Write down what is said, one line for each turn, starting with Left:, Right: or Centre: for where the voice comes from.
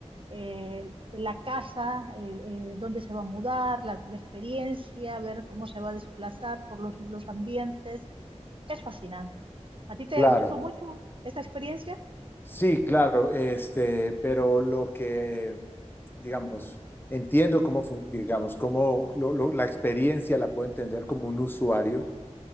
Right: eh, la casa, eh, eh, dónde se va a mudar, la, la, experiencia, ver cómo se va a desplazar por los, los ambientes. Es fascinante. ¿A ti te
Left: Claro,
Right: gustó mucho esa experiencia?
Left: sí, claro, este, pero lo que, digamos, entiendo cómo, fun- digamos, cómo lo- lo- la experiencia la puedo entender como un usuario